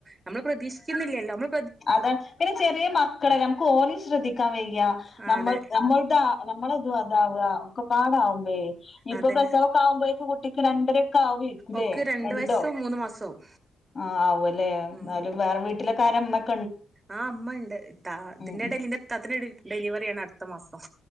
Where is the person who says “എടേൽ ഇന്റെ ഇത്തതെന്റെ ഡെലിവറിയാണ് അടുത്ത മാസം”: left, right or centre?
Right